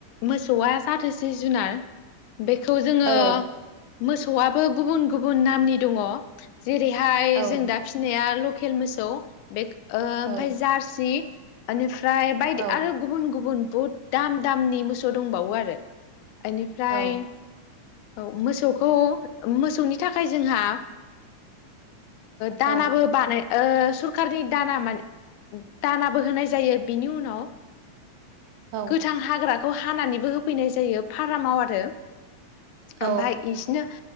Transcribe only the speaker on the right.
औ
औ
औ
औ
औ
औ
औ
औ